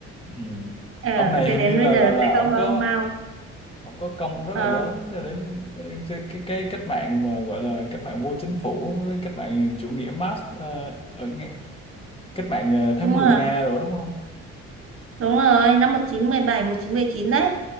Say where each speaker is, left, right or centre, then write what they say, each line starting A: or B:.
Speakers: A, on the left; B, on the right.
A: ừ.
B: Ờ,
A: ông này
B: thì
A: hình
B: đến
A: như là
B: bây giờ
A: là là
B: sẽ không
A: ổng
B: có
A: có
B: ông Mao
A: ổng có công rất
B: Ờ,
A: là lớn cho đến đến cái cái, cái cách mạng mà gọi là cách mạng vô chính phủ với cách mạng chủ nghĩa Marx ờ, ở Nga- cách mạng ờ, tháng
B: đúng
A: mười
B: rồi
A: Nga rồi đúng không?
B: đúng rồi năm 1917 chín một chín đấy